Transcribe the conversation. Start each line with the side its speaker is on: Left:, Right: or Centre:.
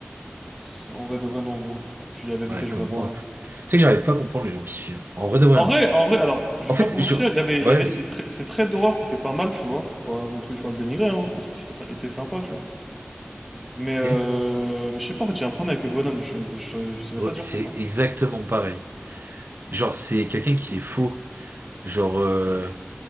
Centre: C'est- En vrai, de vrai, non, gros. Je dis la vérité,
Right: Ouais,
Centre: je
Right: comme
Centre: regarde
Right: moi.
Centre: pas. hein.
Right: je- Tu sais que j'arrive pas à comprendre les gens qui suivent. En vrai de vrai.
Centre: En
Right: hein.
Centre: vrai, en vrai, alors, je vais
Right: En
Centre: pas
Right: fait,
Centre: te mentir,
Right: je...
Centre: il y avait, il
Right: Ouais,
Centre: y avait
Right: vas-y.
Centre: ces, tra- ces traits d'horreur qui étaient pas mal, tu vois. Pas non plus, tu vois, le dénigrer, hein. Ces trucs qui étaient, sy- étaient sympas, tu vois. Mais, euh,
Right: Ok.
Centre: mais je sais pas, en fait, j'ai un problème avec le bonhomme, je, je, saurais je saurais
Right: Ouais,
Centre: pas te dire
Right: c'est
Centre: pourquoi.
Right: exactement pareil. Genre, c'est quelqu'un qui est faux. Genre, euh,